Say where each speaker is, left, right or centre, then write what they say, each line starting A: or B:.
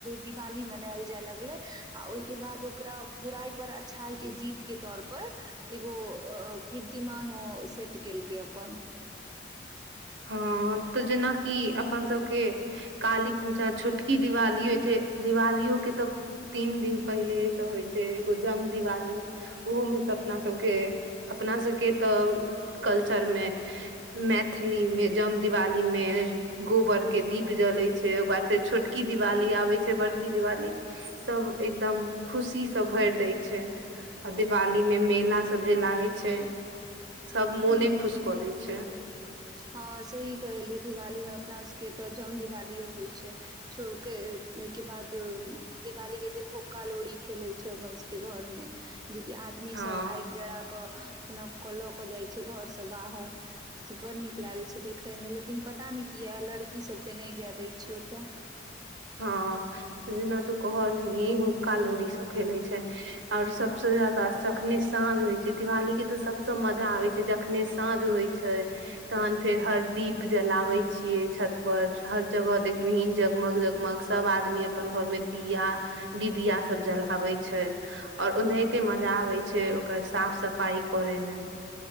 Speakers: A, on the right; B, on the right.
A: दिवाली मनायल जाय लगले आ ओहिके बाद ओकरा बुराइ पर अच्छाई के जीत के तौर पर एगो कीर्तिमान ओ सेट केलकै अपन
B: हँ तऽ जेनाकि अपन सभके काली पूजा छोटकी दिवाली होइ छैय दिवालियओ के तऽ तीन दिन पहिलेसँ होइ छैय एगो जम दिवाली ओहोमे तऽ अपना सबके अपना सबके तऽ कल्चर मे मै मे जम दिवाली मे गोबर के दीप जलै छैय ओइके बाद फेर छोटकी दिवाली आबै छैय बड़की दिवाली सब एकदम खुशी से भरि दै छैय आ दिवाली मे मेला सब जे लागै छैय सब मोने
A: हूँ
B: खुश कऽ दै छैय
A: हँ सही कहली दिवाली मे अपना सबके तऽ जम दिवालिओ होइ छैइ छउ के ओहिके बाद दिवाली के दिन हुक्का लोड़ी खेले छैइ अपना सबके घर में जेकि आदमी
B: हँ
A: सब आगि जरा कऽ केना क ल क जाय छैइ घर से बाहर से बड़ नीक नीक लागै छै देखयमे लेकिन पता नई किया लड़की सभके नहि जाय दै छै ओतय
B: हँ त जेना तू कहलही हुक्का लोरी सब खेले छैइ आओर सबसँ ज्यादा तखने साँझ होय छैइ दिवाली के ते सबसे मजा आबै छैइ जखने साँझ होय छैइ तहन फेर हर दीप जलावइ छिअइ छत पर हर जगह देखबीही जगमग जग गामक सब आदमी अपन घर में दिया डिबिया सब जलाबै छैइ और ओनाहिते मजा आबै छै ओकर साफ सफाई करे मे